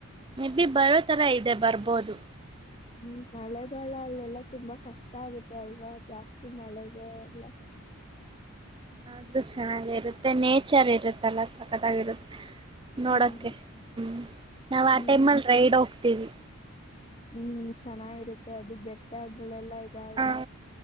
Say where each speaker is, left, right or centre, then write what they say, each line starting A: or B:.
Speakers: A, on the right; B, on the left.
A: ಮೆಬ್ಬಿ ಬರೋತರ ಇದೆ ಬರ್ಬೋದು
B: ಹ್ಮ್ ಮಳೆಗಾಲ ಅಲ್ಲೆಲ್ಲ ತುಂಬಾ ಕಷ್ಟ ಆಗುತ್ತೆ ಅಲ್ವಾ ಜಾಸ್ತಿ ಮಳೆಗೆ ಎಲ್ಲ
A: ಆದ್ರೂ ಚೆನ್ನಾಗೆ ಇರುತ್ ಮತ್ತೆ ನೇಚರ್ ಇರುತ್ತಲ್ಲ ಸಕ್ಕತಾಗೀರ್ ನೋಡಕೆ
B: ಹ್ಮ್
A: ಹ್ಮ್ ನಾವು
B: ಹ್ಮ್
A: ಆ ಟೈಮ್ ಅಲ್ಲಿ ರೈಡ್ ಹೋಗ್ತೀವಿ
B: ಹ್ಮ್ ಚೆನ್ನಾಗಿರುತ್ತೆ ಅದು ಬೆಟ್ಟ ಗಳೆಲ್ ದಲ್
A: ಆ